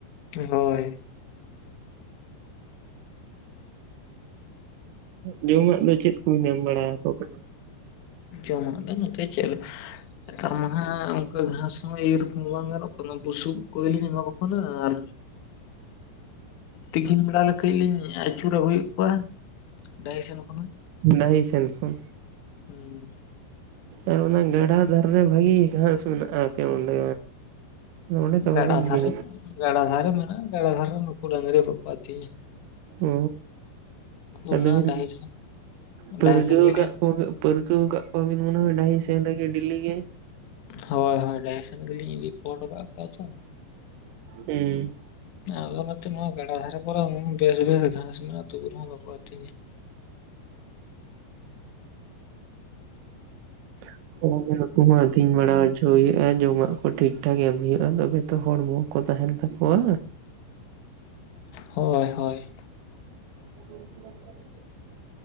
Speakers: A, on the left; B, on the right.
A: ᱦᱳᱭ ᱾
B: <inaudible> ᱡᱚᱢᱟᱜ ᱫᱚ ᱪᱮᱫ ᱠᱚ ᱧᱟᱢ ᱵᱟᱲᱟ ᱟᱠᱚᱣᱟ ᱯᱮ?
A: ᱡᱚᱢᱟᱜ ᱫᱚ ᱱᱚᱛᱮ ᱪᱮᱫ ᱞᱮᱠᱟ ᱱᱮᱛᱟᱨ ᱢᱟ ᱦᱟᱸᱜ ᱚᱱᱠᱟ ᱜᱷᱟᱸᱥ ᱦᱚᱸ ᱤᱨ ᱦᱚᱸ ᱵᱟᱝ ᱜᱟᱱᱚᱜ ᱠᱟᱱᱟ ᱵᱩᱥᱩᱵ ᱠᱚᱜᱮ ᱞᱤᱧ ᱮᱢᱟ ᱠᱚ ᱠᱟᱱᱟ ᱟᱨ ᱛᱤᱠᱤᱱ ᱵᱮᱲᱟ ᱞᱮ ᱠᱟᱹᱡ ᱞᱤᱧ ᱟᱪᱩᱨ ᱟᱹᱜᱩᱭᱮᱫ ᱠᱚᱣᱟ᱾ ᱰᱟᱦᱤ ᱥᱮᱱ ᱠᱷᱚᱱᱟᱜ᱾
B: ᱰᱟᱦᱤ ᱥᱮᱱ ᱠᱷᱚᱱ᱾
A: ᱦᱩᱸ᱾
B: ᱟᱨ ᱚᱱᱟ ᱜᱟᱰᱟ ᱫᱷᱟᱨᱮ ᱨᱮ ᱵᱷᱟᱜᱤ ᱜᱷᱟᱥ ᱢᱮᱱᱟᱜᱼᱟ ᱟᱯᱮ ᱚᱸᱰᱮ᱾ ᱟᱫᱚ ᱚᱸᱰᱮ ᱛᱚ
A: ᱜᱟᱰᱟ
B: ᱵᱟᱵᱤᱱ ᱤᱫᱤ
A: ᱫᱷᱟᱨᱮ ᱜᱟᱰᱟ ᱫᱷᱟᱨᱮ ᱢᱮᱱᱟᱜᱼᱟ ᱜᱟᱰᱟ ᱫᱷᱟᱨᱮ ᱨᱮ ᱱᱩᱠᱩ ᱰᱟᱝᱨᱤ ᱵᱟᱠᱚ ᱟᱛᱤᱧᱟ᱾
B: ᱳ ᱟᱫᱚ
A: ᱚᱱᱟ
B: ᱵᱤᱱ
A: ᱰᱟᱹᱦᱤ ᱥᱮᱱ
B: ᱯᱟᱹᱨᱜᱟᱹᱣ
A: ᱰᱟᱹᱦᱤ ᱥᱮᱱ ᱜᱮᱞᱤᱧ
B: ᱠᱟᱜ ᱠᱚᱣᱟ ᱵᱤ ᱯᱟᱹᱨᱠᱟᱹᱣ ᱠᱟᱜ ᱠᱚᱣᱟᱵᱤᱱ ᱢᱚᱱᱮ ᱦᱚᱭ ᱰᱟᱦᱤ ᱥᱮᱱ ᱨᱮᱜᱮ ᱰᱮᱞᱤ ᱜᱮ᱾
A: ᱦᱳᱭ ᱦᱳᱭ ᱰᱟᱦᱤ ᱥᱮᱱ ᱜᱮᱞᱤᱧ ᱤᱫᱤ ᱯᱷᱚᱸᱴ ᱠᱟᱜ ᱠᱚᱣᱟ ᱛᱚ᱾
B: ᱦᱩᱸ᱾
A: ᱟᱫᱚ ᱚᱱᱟᱛᱮ ᱱᱚᱣᱟ ᱜᱟᱰᱟ ᱫᱷᱟᱨᱮ ᱠᱚᱨᱮ ᱵᱮᱥ ᱜᱮ ᱜᱷᱟᱥ ᱢᱮᱱᱟᱜᱼᱟ ᱛᱩᱵᱩ ᱨᱮᱦᱚᱸ ᱵᱟᱠᱚ ᱟᱹᱛᱤᱧᱟ᱾
B: <inaudible> ᱚᱱᱟ ᱠᱩᱦᱚᱸ ᱟᱛᱤᱧ ᱵᱟᱲᱟ ᱦᱚᱪᱚ ᱦᱩᱭᱩᱜ-ᱟ ᱡᱚᱢᱟᱜ ᱠᱚ ᱴᱷᱤᱠ ᱴᱷᱟᱠ ᱮᱢ ᱦᱩᱭᱩᱜᱼᱟ ᱛᱚᱵᱮ ᱛᱚ ᱦᱚᱲᱢᱚ ᱠᱚ ᱛᱟᱦᱮᱱ ᱛᱟᱠᱚᱣᱟ
A: ᱦᱚᱭ ᱦᱚᱭ᱾
B: <inaudible>